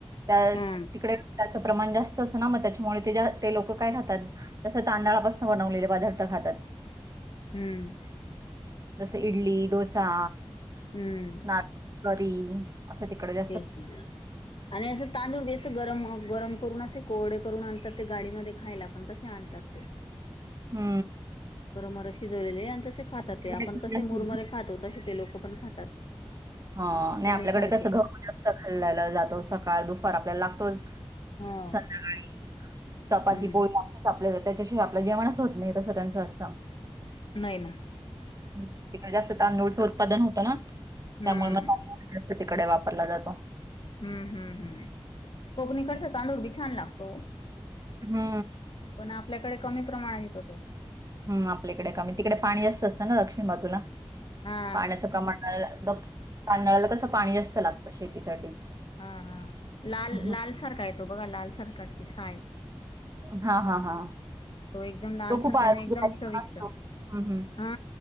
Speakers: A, on the right (about 35°); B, on the left (about 55°).
A: त्या
B: हा
A: तिकडे त्याचं प्रमाण जास्त असंत, ना मग त्याच्यामुळे ते ते लोक काय खातात? तसं तांदळापासून बनवलेले पदार्थ खातात.
B: हम्म.
A: जसं इडली, डोसा.
B: हम्म.
A: नारळ करी. असं तिकडे, जा
B: तेच ना आणि असं तांदूळ बी अस गरम गरम करून असे कोरडे करून आणतात ते गाडीमध्ये खायला पण तसे आण तात ते
A: हू
B: परमर शिजवलेले आहे आणि तसे खातात
A: तिकडे
B: ते आपण
A: कसं
B: कसे
A: जास्त
B: मुरमरे खातो तसे ते लोक पण खातात
A: हा नाही
B: चणीसारखे
A: आपल्याकडे कसं गहु जास्त खाल्ल्याला जातो सकाळ दुपार आपल्याला लागतोच
B: हा.
A: संध्याकाळी चपाती
B: हम्म.
A: पोळी आपल्या त्याच्याशीवाय आपलं जेवणच होत नाही तसं त्यांचं असतं
B: नाही ना
A: हू तिकडे जास्त तांदूळचं उत्पादन होतं ना त्यामुळे
B: हम्म
A: मग तांदूळ जास्त तिकडे वापरला जातो
B: हू हू हू कोकणीकडच तांदूळ बि छान लागतो
A: हू
B: पण आपल्याकडे कमी प्रमाणात येतो तो
A: हू आपल्याकडे कमी तिकडे पाणी जास्त असतं ना दक्षिण बाजूला
B: हा
A: पाण्याचं प्रमाण तांदळाला कसं पाणी जास्त लागतं शेतीसाठी
B: हा हा लाल
A: हम्म.
B: लालसारख येतो बघा लालसारखच की साय
A: हा हा हा
B: तो एकदम लाल
A: तो खूप
B: सारखा
A: <unintelligible>
B: ना एकदम चविष्ट
A: आणतो हू हू
B: हा